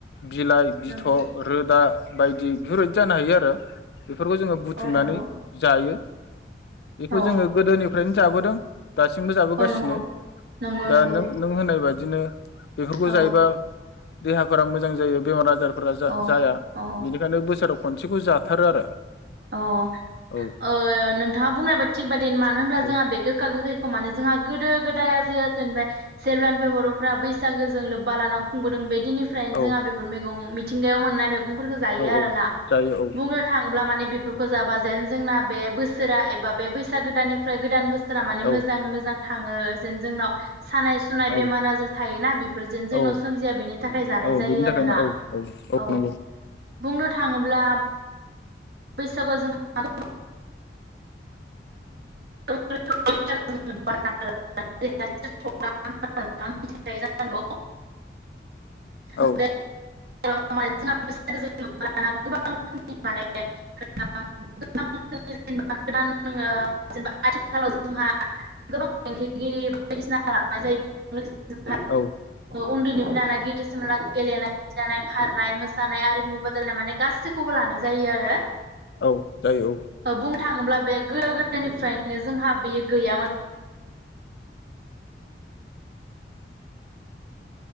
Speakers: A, on the left; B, on the right.
A: बिलाइ
B: नंगौ
A: थ रोदा बायदि बेफोरबायदि जानो हायो आरो बेफोरखौ जोङो बुथुमनानै
B: औ नंगौ
A: जायो बेखौ
B: औ
A: जोङो गोदोनिफ्रायनो जाबोदों। दासिमबो जाबोगासिनो
B: औ नंगौ नंगौ
A: दा
B: नंगौ
A: नों नों होनाय बायदि बिदिनो बेफोरखौ
B: औ
A: जायोबा देहाफोरा मोजां जायो बेमार आजार फोर
B: औ
A: जाया
B: औ
A: बेनिखायनो बोसोराव खनसेखौ जाथारो आरो
B: अह
A: औ
B: ओह नोंथाङा बुंनायबा थिग बादि मानो होनब्ला
A: औ
B: जोंहा बे गोखा गोखैखौ माने जोंहा गोदो गोदाया जे जेनेबा जेब्लनिफ्राय बरफ्रा बैसागोजों लोब्बा लाना खुंबोदों बे निफ्राय
A: औ
B: जोंहा बेफोर मैगं मिथ मिथिंगायाव मोननाय बेफ मैगं फोरखौ जायो
A: औ
B: आरो
A: औ
B: ना
A: जायो औ
B: बुंनो थाङोब्ला माने बेफ खौ जाबा जेन जोंना बे बोसोरा एबा बे बैसाग गोदाननिफ्राय गोदान बोसोर फोरा माने
A: औ
B: मोजाङै मोजां थाङो जेन जोंनाव सानाय सुनाय
A: औ
B: बेमार आजार थायोना बेफोर जेन जोंनाव
A: औ
B: सोमजिया बेनि थाखाय जानाय
A: औ
B: जायो
A: बिनि
B: आरो
A: थाखायनो
B: ना
A: औ
B: औ
A: नंगौ
B: बुंनो थाङोब्ला बैसागुआव जोंहा <unintelligible> <inaudible> <unintelligible> <inaudible>
A: औ।
B: बे <unintelligible>
A: औ।
B: उन्दैनिफ्राय लाना गिदिरसिमलाग गेलेनाय जानाय खारनाय मोसानाय आरिमु बादायलनाय माने गासैखौबो लानाय जायो आरो।
A: औ जायो औ।
B: बुंनो थाङोब्ला बे गोदो गोदायनिफ्रायनो जोंहा बेयो गैयामोन।